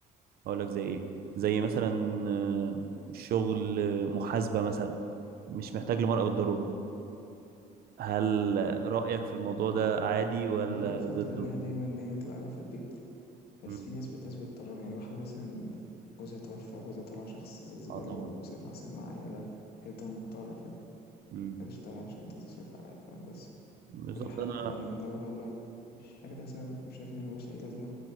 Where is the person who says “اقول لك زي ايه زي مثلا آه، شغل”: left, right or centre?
Right